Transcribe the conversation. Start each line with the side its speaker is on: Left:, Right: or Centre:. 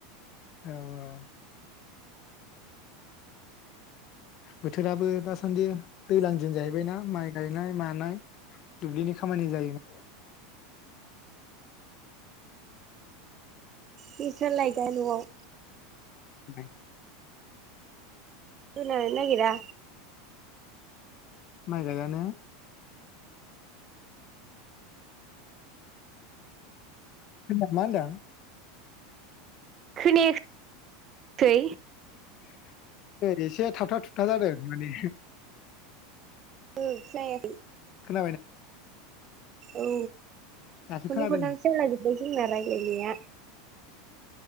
Left: औ औ बोथोराबो दासान्दि दैज्लां दिन जाहैबायनाा माइ गायनाय मानाय दुब्लिनि खामानि जायोना
Right: बिसोर लायगा नआव
Left: द <unintelligible>
Right: <unintelligible> नागेरा
Left: माइ गायबायने मा होनदों
Right: खोनायाखै
Left: <unintelligible> थाबथा थुबथा जादों माने
Right: ओ <unintelligible>
Left: खोनाबाय ना?
Right: औ
Left: दासो
Right: खननै
Left: खोनादों
Right: खनथामसो जाला जोबबाय जोंना रायज्लायनाया।